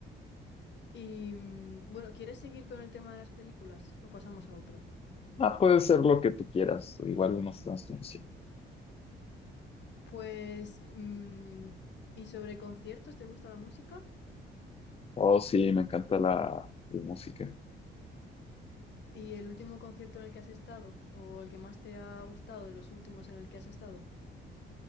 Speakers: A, on the left; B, on the left.
A: Y mm, bueno, ¿quieres seguir con el tema de las películas o pasamos a otro?
B: Ah, puede ser lo que tú quieras. Igual no estamos conociendo.
A: Pues, mm, ¿y sobre conciertos? ¿Te gusta la música?
B: Oh, sí, me encanta la, la música.
A: ¿Y el último concierto en el que has estado? ¿O el que más te ha gustado de los últimos en el que has estado?